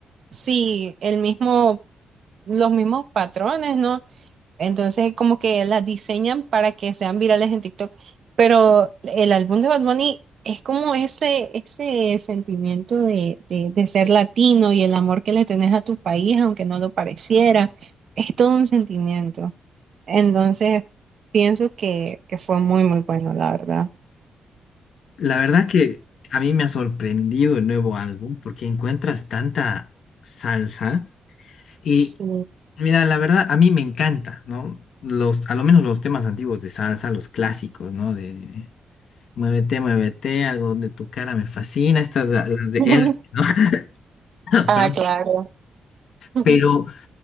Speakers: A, on the right; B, on the left.
A: sí, el mismo, los mismos patrones, ¿no? Entonces, como que las diseñan para que sean virales en TikTok. Pero el álbum de Bad Bunny es como ese, ese sentimiento de, de, de ser latino y el amor que le tenés a tu país, aunque no lo pareciera. Es todo un sentimiento. Entonces, pienso que, que fue muy, muy bueno, la verdad.
B: La verdad que a mí me ha sorprendido el nuevo álbum porque encuentras tanta salsa y
A: Sí.
B: mira, la verdad a mí me encanta, ¿no? Los, a lo menos los temas antiguos de salsa, los clásicos, ¿no? De Muévete, muévete, algo de tu cara me fascina, estas la- las de
A: <laughs>
B: él, ¿no? <laughs>
A: Ah,
B: Perdón.
A: claro. <laughs>
B: Pero